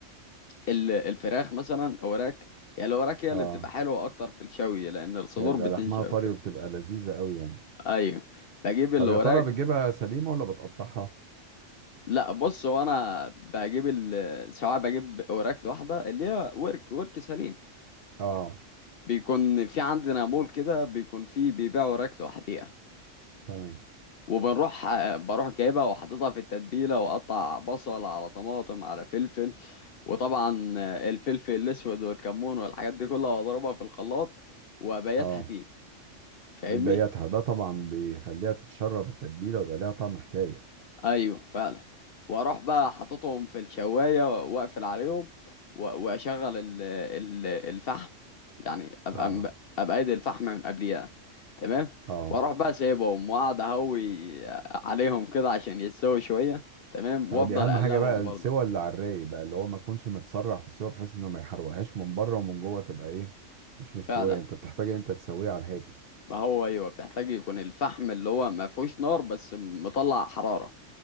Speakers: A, on the left (about 60°); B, on the right (about 55°).
A: ال الفراخ مثلا اوراك هي الاوراك هي
B: اه
A: اللي بتبقى حلوه اكتر في الشوي لان الصدور
B: هي بيبقى
A: بتنشف
B: لحمها طري
A: كده
B: وبتبقى لذيذه قوي يعني
A: ايوه بجيب الاوراك
B: طب يا ترى بتجيبها سليمه ولا بتقطعها
A: لا بص هو انا بجيب ال- سواء بجيب اوراك لوحدها اللي هي ورك ورك سليم
B: اه
A: بيكون في عندنا مول كده بيكون فيه بيبيعوا اوراك لوحديها
B: تمام
A: وبنروح بروح جايبها وحاططها في التتبيله واقطع بصل على طماطم على فلفل وطبعا الفلفل الاسود والكمون والحاجات دي كلها واضربها في الخلاط وابيتها
B: اه
A: فيه فاهمني
B: بتبيتها ده طبعا بيخليها تتشرب التتبيله ويبقى ليها طعم حكايه
A: ايوه فعلا واروح بقى حاططهم في الشوايه واقفل عليهم و- واشغل ال- ال- الفحم يعني ابقى
B: اه
A: م- ابقى ايدي الفحم من قبليها تمام
B: اه
A: واروح بقى سايبهم واقعد اهوي عليهم كده عشان يتسووا شويه تمام
B: اه
A: وافضل
B: دي اهم
A: اقلبهم
B: حاجه بقى السوى
A: برضه
B: اللي على الرايق بقى اللي هو ما تكونش متسرع في السوى بحيث انه ما يحرقهاش من بره ومن جوه تبقى ايه مش مستويه
A: فعلا
B: انت بتحتاج ان انت تسويها على الهادي
A: ما هو ايوه بتحتاج يكون الفحم اللي هو ما فيهوش نار بس مطلع حراره